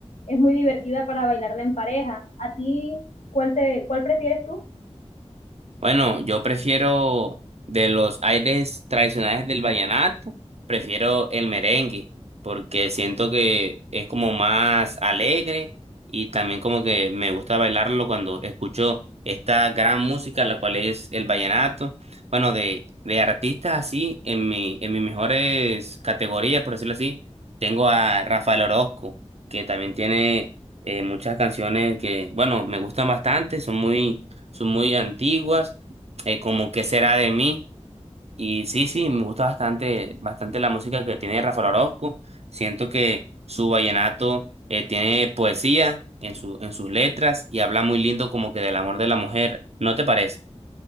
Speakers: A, on the left; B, on the right.
A: es muy divertida para bailarla en pareja. ¿A ti cuál te, cuál prefieres tú?
B: Bueno, yo prefiero de los aires tradicionales del vallenato, prefiero el merengue, porque siento que es como más alegre y también como que me gusta bailarlo cuando escucho esta gran música, la cual es el vallenato. Bueno, de, de artistas así, en mi, en mis mejores categorías, por decirlo así, tengo a Rafael Orozco, que también tiene eh, muchas canciones que, bueno, me gustan bastante, son muy son muy antiguas, eh, como ¿Qué será de mí? Y sí, sí, me gusta bastante, bastante la música que tiene Rafael Orozco. Siento que su vallenato eh, tiene poesía en su, en sus letras y habla muy lindo como que del amor de la mujer. ¿No te parece?